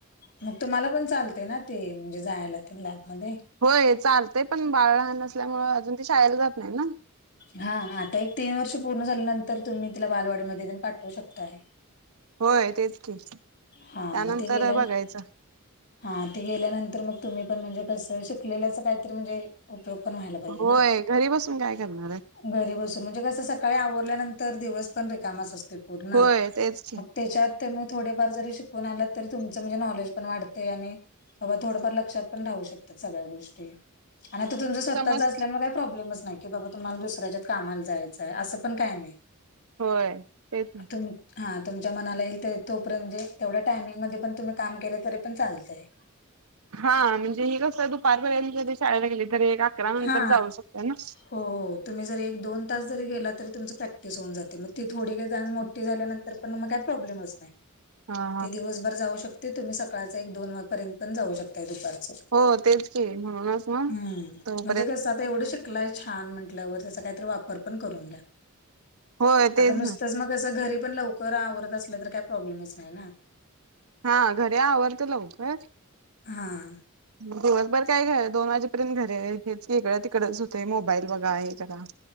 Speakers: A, on the left; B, on the right.
A: मग तुम्हाला पण चालतय ना ते, म्हणजे जायला वगैरे लॅबमध्ये.
B: होय चालतंय पण, बाळ लहान असल्यामुळें, अजून ते शाळेला जात नाही ना.
A: हा, आता एक तीन वर्ष पूर्ण झाल्यानंतर तुम्ही तिला बालवाडीमध्ये तेण पाठवू शकताय.
B: होय तेच की, त्यानंतर
A: हा मग ते गेल्या
B: बघायचं.
A: हा, ते गेल्यानंतर मग तुम्ही पण म्हणजे कसं, शिकलेल्याच काहीतरी म्हणजे उपयोग पण व्हायला पाहिजे
B: होय
A: ना.
B: घरी बसून काय करणार हाय?
A: घरी बसून म्हणजे कसं, सकाळी आवरल्यानंतर दिवस पण रिकामाच असतोय पूर्ण,
B: होय तेच की
A: त्यच्यात तुम्ही थोडेफार जरी शिकून आलात तरी तुमचं म्हणजे नॉलेज पण वाढतंय आणि बाबा थोडंफार लक्षात पण राहू शकतात, सगळ्या गोष्टी. आणि आता तुमचं स्वतःचं
B: समज
A: असल्यामुळे काही प्रॉब्लेमच नाही. की बाबा तुम्हाला दुसऱ्याच्यात कामाला जायचंय, असं पण काही नाही
B: होय तेच
A: तुम हा तुमच्या मनाला येईल ते, तोपर्यंत म्हणजे तेवढ्या टायमिंग मध्ये पण, तुम्ही काम केलं तरी पण चालतंय.
B: हा, म्हणजे ही कसं दुपारपर्यंत जरी शाळेला गेली, तरी एक अकरा नंतर
A: हा
B: जाऊ शकतोय ना.
A: हो हो, तुम्ही जरी एक दोन तास जरी गेला तर तुमचं प्रॅक्टिस होऊन जातंय, मग ती थोडी निदान मोठी झाल्यानंतर नंतर म काही प्रॉब्लेमच नाही‌.
B: हा हा
A: ते दिवसभर जाऊ शकते, तुम्ही सकाळचं एक- दोन पर्यंत पण जाऊ शकताय दुपारचं.
B: हो तेच की, म्हणूनच म
A: हम्म
B: जाऊ
A: म्हणजे कसं आता एवढं शिकलाय छान, म्हटल्यावर त्याचा काहीतरी वापर पण करून घ्या.
B: होय तेच
A: आता नुसतंच
B: ना
A: म कसं घरी पण लवकर आवरत असलं तर काही प्रॉब्लेमच नाही ना.
B: हा, घरी आवरतं लवकर
A: हा.
B: दिवसभर काय घर दोन वाजेपर्यंत घरी आहे हे इकडं तिकडंच होतंय, मोबाईल बघा हे करा